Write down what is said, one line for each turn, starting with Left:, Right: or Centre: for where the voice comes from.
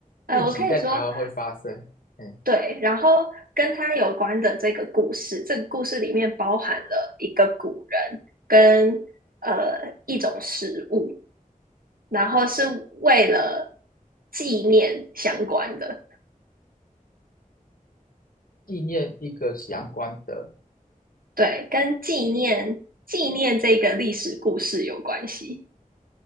Right: 呃，
Left: 近期在台湾会发生，
Right: 我可以说，
Left: 嗯，
Right: 对，然后跟他有关的这个故事，这个故事里面包含了一个古人跟呃一种食物，然后是为了纪念相关的，
Left: 纪念一个相关的，
Right: 对，跟纪念纪念这个历史故事有关系，